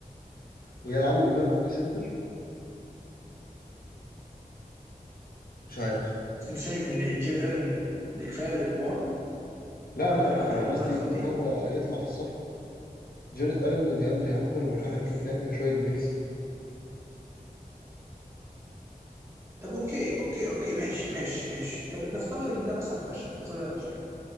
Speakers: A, on the left; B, on the right.
A: ويلعبوا بايفان موبلي سنتر مش عارف
B: بس انت شايف ان ان جيرد الن ده كفايه للبون
A: لا
B: حتى
A: لا
B: لو
A: لا
B: حتى
A: انا
B: لو ليبرون
A: قصدي
B: هتفوتي
A: يكون هو يطلع في الصفقه جاريت الن ودي اندري هانتر ومش
B: اوكي
A: عارف مين تاني وشويه بيكس
B: طب اوكي اوكي اوكي ماشي ماشي ماشي طب نفترض ان ده مثلا فشل نفترض ان ده فشل